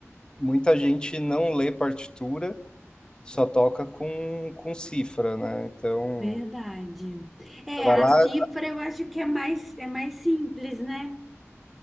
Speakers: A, on the left; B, in the centre.
A: muita gente não lê partitura, só toca com, com cifra, né? Então,
B: verdade. É,
A: você vai
B: a
A: lá,
B: cifra eu acho que é mais, é mais simples, né?